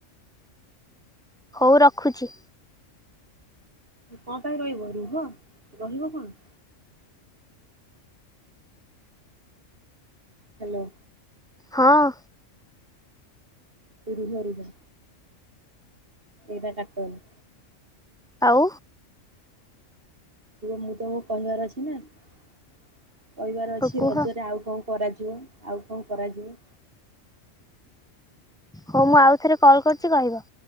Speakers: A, in the centre; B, on the right (about 45°).
A: ହଉ ରଖୁଛି
B: କଣ ପାଇଁ ରହିବ ରୁହ ରହିବ କଣ ହ୍ୟାଲୋ
A: ହଁ
B: ପୁରି ଝ୍ରିବା ଏଇଟା କାଟନ
A: ଆଉ।
B: ମୁଁ ତମୁ କହିବାର ଅଛି ନା କହିବାର ଅଛି କହିବାର ଅଛି
A: କୁହ
B: ରଜରେ ଆଉ କଉ କରାଯିବ ଆଉ କଁ କରାଯିବ?
A: ହଉ ମୁଁ ଆଉଥରେ କଲ କରୁଛି କହିବ।